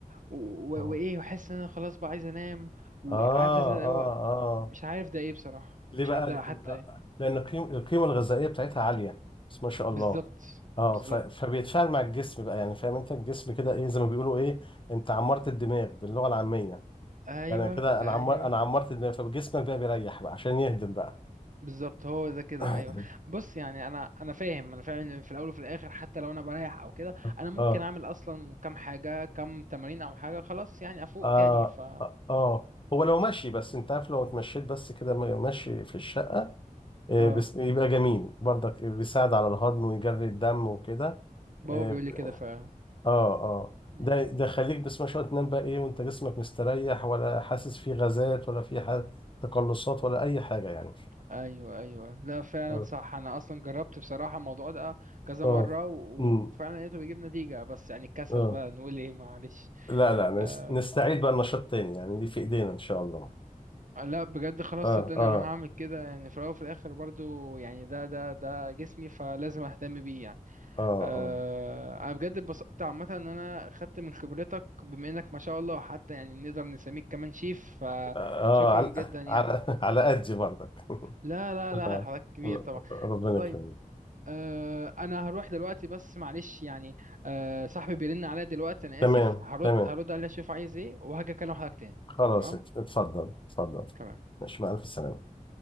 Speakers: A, on the right; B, on the left.
A: و-
B: اه
A: و- وايه واحس ان انا خلاص بقى عايز انام وعارف
B: اه اه
A: إزاي اللي هو
B: آه.
A: مش عارف ده ايه بصراحه
B: ليه
A: مش
B: بقى
A: عارف ده
B: ل-
A: حتى
B: ل- آه،
A: ايه
B: لان القيم- القيمه الغذائيه بتاعتها عاليه بس ما شاء الله
A: بالظبط
B: اه
A: بالظبط
B: ف- فبيتفاعل مع الجسم بقى يعني فاهم انت الجسم كده ايه زي ما بيقولوا ايه انت عمرت الدماغ باللغه العاميه
A: ايوه
B: يعني كده انا
A: ايوه
B: عمر انا عمرت الدماغ فجسمك بقى بيريح بقى عشان يهدم بقى
A: بالظبط هو ده كده
B: <coughs>
A: ايوه بص يعني انا انا فاهم انا فاهم ان في الاول وفي الاخر حتى لو انا بريح او كده
B: اه
A: انا ممكن
B: اه
A: اعمل اصلا كام حاجه كام تمارين او حاجه خلاص يعني افوق
B: اه
A: تاني ف
B: اه اه هو لو ماشي بس انت عارف لو اتمشيت بس كده ماشي في
A: مم.
B: الشقه إيه،
A: اه
B: بس يبقى جميل برضك بيساعد على الهضم ويجري الدم وكده
A: بابا
B: إيه،
A: بيقول لي كده فعلا
B: اه اه
A: مم.
B: ده ده خليك بس ما شاء الله تنام بقى ايه وانت جسمك مستريح ولا حاسس فيه غازات ولا فيه ح- تقلصات ولا اي حاجه يعني
A: ايوه ايوه لا فعلا
B: اه
A: صح انا اصلا جربت بصراحه الموضوع ده كذا
B: اه
A: مره و-
B: امم
A: وفعلا لقيته بيجيب نتيجه بس يعني الكسل
B: اه
A: بقى نقول ايه معلش
B: لا لا
A: آه.
B: نس- نستعيد بقى النشاط تاني يعني دي في ايدينا ان شاء الله
A: آه، لا بجد خلاص
B: اه
A: صدقني
B: اه
A: انا هعمل كده يعني في الاول وفي الاخر برضو يعني ده ده ده جسمي فلازم اهتم بيه يعني
B: اه
A: أه
B: اه
A: انا بجد اتبسطت عامه ان انا خدت من خبرتك بما انك ما شاء الله حتى يعني نقدر نسميك كمان شيف فشكرا
B: اه آه، على
A: جدا يعني
B: على <laughs> على قدي برضك
A: لا
B: <laughs>
A: لا لا
B: آه.
A: حضرتك كبير طبعا
B: ربنا
A: طيب
B: يكرمك
A: أه انا هروح دلوقتي بس معلش يعني أه صاحبي بيرن عليا دلوقتي انا
B: تمام
A: اسف هرد
B: تمام
A: هرد عليه اشوف عايز ايه وهاجي اكلم حضرتك تاني
B: خلاص
A: تمام
B: ات- اتفضل اتفضل
A: تمام
B: ماشي مع ألف سلامة